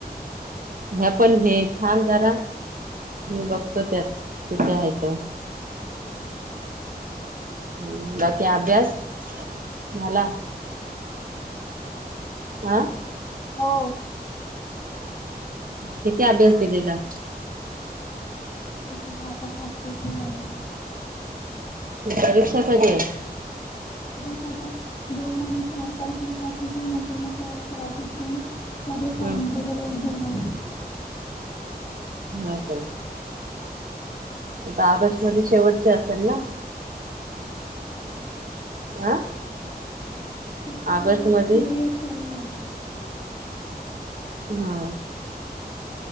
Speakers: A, on the right; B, on the left.
A: ह्या पण ने थांब जरा मी बघतो त्यात किती हाय तो हुं बाकी अभ्यास झाला आं
B: हो
A: किती अभ्यास दिलेला?
B: आ आता <unintelligible> लावून
A: परीक्षा कधी ये?
B: त्या दिवशी आता दोन आणि चार तारखेला प्रॅक्टिकल नंतर मग तेव्हा शिक्षण <inaudible>
A: हम्म हा का आता ऑगस्ट मध्ये शेवटची असल ना? आं
B: तिथे
A: ऑगस्ट मध्ये
B: थर्ड इयर चालू आहे
A: हा